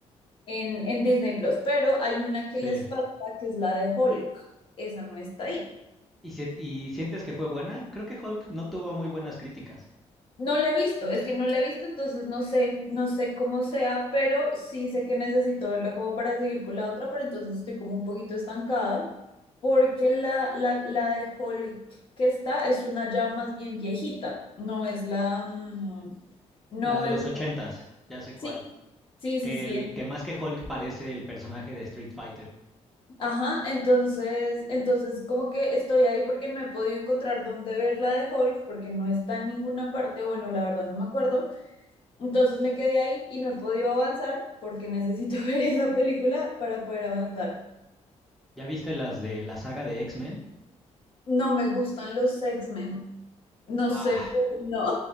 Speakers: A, on the left (about 45°); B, in the centre.
A: en, en Disney Plus. Pero hay una que
B: sí.
A: les falta, que es la de Hulk. Esa no está ahí.
B: ¿Y, si- y sientes que fue buena? Creo que Hulk no tuvo muy buenas críticas.
A: No la he visto, es que no la he visto, entonces no sé, no sé cómo sea, pero sí sé que necesito verla como para seguir con la otra, pero entonces estoy como un poquito estancada porque la, la, la de Hulk que está es una ya más bien viejita, no es la, mm, no
B: La de
A: es,
B: los ochentas, ya sé
A: sí,
B: cuál.
A: sí,
B: Que
A: sí, sí,
B: el,
A: en-
B: que más que Hulk parece el personaje de Street Fighter.
A: ajá, entonces, entonces como que estoy ahí porque no he podido encontrar dónde ver la de Hulk porque no está en ninguna parte, bueno, la verdad no me acuerdo. Entonces me quedé ahí y no he podido avanzar porque <laughs> necesito ver esa película para poder avanzar.
B: ¿Ya viste las de la saga de X-Men?
A: No me gustan los X-Men. No
B: ¡Wow!
A: sé, pero no.